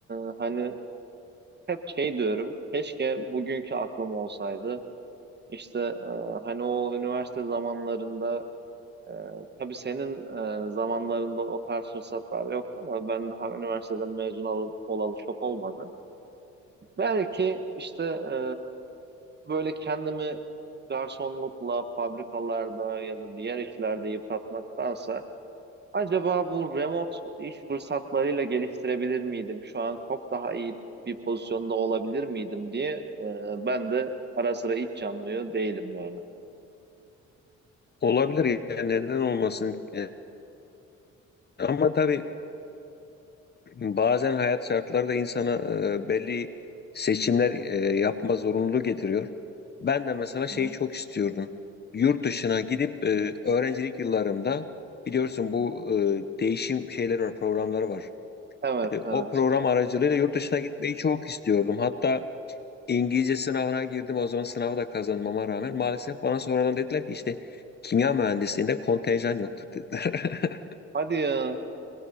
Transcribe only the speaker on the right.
e, hani hep şey diyorum, keşke bugünkü aklım olsaydı. İşte e, hani o üniversite zamanlarında Ee, tabii senin e, zamanlarında o tarz fırsatlar yoktu ama ben daha üniversiteden mezun ol- olalı çok olmadı. Belki işte e, böyle kendimi garsonlukla, fabrikalarda ya da diğer işlerde yıpratmaktansa acaba bu remote iş fırsatlarıyla geliştirebilir miydim? Şu an çok daha iyi bir pozisyonda olabilir miydim diye e, ben de ara sıra iç yanmıyor değilim yani.
Hı hı.
Evet,
evet.
Hadi ya.